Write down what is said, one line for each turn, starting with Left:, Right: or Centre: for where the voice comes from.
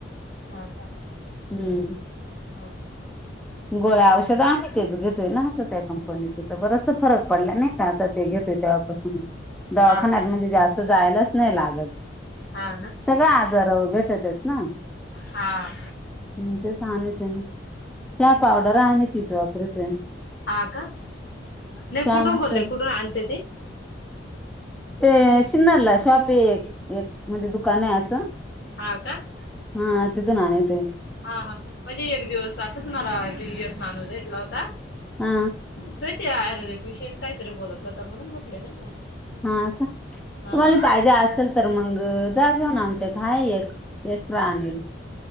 Left: हा का?
Centre: हम्म.
Left: हा
Centre: गोळ्या औषध आम्ही तेच घेतोय ना आता त्या कंपनीचे तर बरस फरक पडला नाही का आता ते घेतोय त्यापास दवाखान्यात
Left: हा का
Centre: म्हणजे जास्त जायलाच नाही लागत
Left: हा ना
Centre: सगळे आजार भेटत आहेत ना
Left: हा
Centre: म तेे सानेत आहे <unintelligible> च्या पावडर आम्ही तिथं वापीरीतोय
Left: हा का नाही कुठून
Centre: मस्त
Left: बोलले कुठून आणते ते?
Centre: ते शिन्नरला शॉप हे एक म्हणजे दुकान आहे असं
Left: हा का?
Centre: हा तिथून आणायते
Left: हा हा म्हणजे एक दिवस असंच मला एक माणूस भेटला होता
Centre: हा
Left: त्यो तो आयुर्वेदिक विषयीच काहीतरी बोलत होता म्हणून म्हटले नाही का
Centre: हा का तुम्हाला
Left: हा
Centre: पाहिजे असेल तर मंग जाऊया ना आमच्या इथं काय एक एक्सट्रा आणेल मग